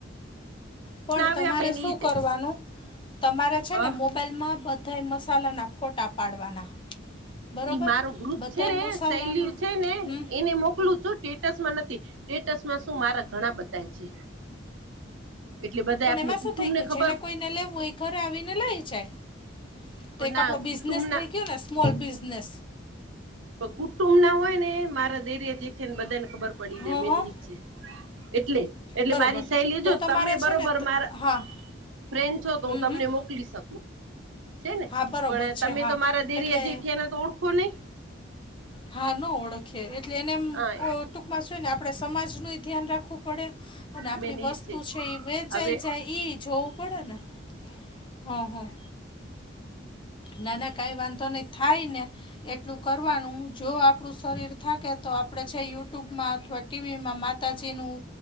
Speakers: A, on the left; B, on the right.
A: પણ
B: આવે
A: તમારે
B: આપેને
A: શું
B: ઈ જ
A: કરવાનું તમારે છે
B: હા
A: ને મોબાઈલ મોબાઈલમાં બધા મસાલાના ફોટા પાડવાના બરોબર
B: ઈ મારો ગ્રુપ
A: બધાય
B: છે
A: મસાલાના
B: ને શૈલીઓ છે ને
A: હમ
B: એને મોકલું છું સ્ટેટસ માં નથી સ્ટેટસમાં શું મારે ઘણા બધા છે એટલે બધા
A: પણ
B: આપને
A: એમાં
B: કુટુંબને
A: શું થઈ ગયું
B: ખબર
A: જેને કોઈને લેવું હોઈ એ ઘરે આવીને લઈ જાય તો
B: પણ
A: એક
B: ના
A: આપડો બિઝનેસ
B: કુટુંબના
A: થઈ ગયો ને સ્મોલ બિઝનેસ
B: પણ કુટુંબ ના હોય ને મારા દેરિયા જેઠીયા ને બધા ને ખબર પડી
A: હા
B: જાય મેઈન
A: હા
B: ઈ છે એટલે એટલે
A: બરોબર
B: મારી સહેલી
A: તો
B: જો
A: તમારે
B: તમે
A: છે
B: બરોબર
A: ને ત-
B: મારા
A: હા
B: ફ્રેન્ છો તો
A: હમ
B: હું તમને
A: હમ
B: મોકલી શકું છે ને
A: હા બરોબર
B: પણ
A: છે
B: તમે
A: હા
B: તો મારા દીરી
A: એટલે
B: એ જેઠીને તો ઓળખો નહી
A: હા ન ઓળખએ એટલે એનેમ
B: હા
A: કો ટૂંકમાં છે ને આપણે સમાજનું ધ્યાન રાખવું પડે અને
B: મેન
A: આપણી
B: ઈ
A: વસ્તુ છે એ વેચાઈ
B: હવે
A: જાય જોવું પડે ને હં હં નાને કાંઈ વાંધો નહીં થાય ને એટલું કરવાનું જો આપણું શરીર થાકે તો આપણેે છે યુટ્યુબમાં અથવા ટીવીમાં માતાજી નું,